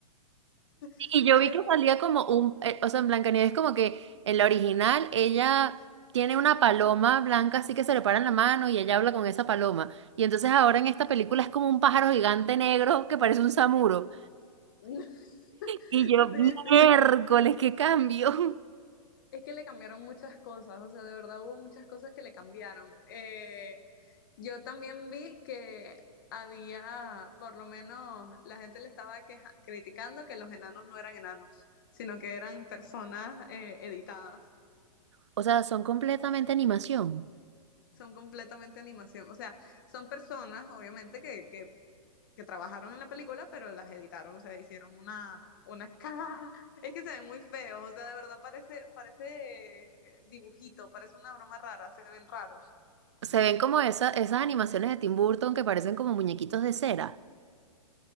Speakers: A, on the right (about 45°); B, on the left (about 35°).
A: Y
B: <laughs>
A: yo
B: En-
A: vi que salía como un, eh, o sea, en Blancanieves como que en la original ella tiene una paloma blanca así que se le para en la mano y ella habla con esa paloma. Y entonces ahora en esta película es como un pájaro gigante negro que parece un samuro.
B: <laughs>
A: Y yo,
B: Sí, sí.
A: miércoles, qué cambio. <laughs>
B: Es que le cambiaron muchas cosas, o sea, de verdad hubo muchas cosas que le cambiaron. Eh, yo también vi que había, por lo menos, la gente le estaba queja- criticando que los enanos no eran enanos, sino que eran personas eh, editadas.
A: O sea, son completamente animación.
B: Son completamente animación, o sea, son personas, obviamente, que, que que trabajaron en la película, pero las editaron, o sea, hicieron una, una cagada. <laughs> Es que se ven muy feos, o sea, de verdad parece, parece eh, dibujito, parece una broma rara, se ven raros.
A: Se ven como esa- esas animaciones de Tim Burton que parecen como muñequitos de cera.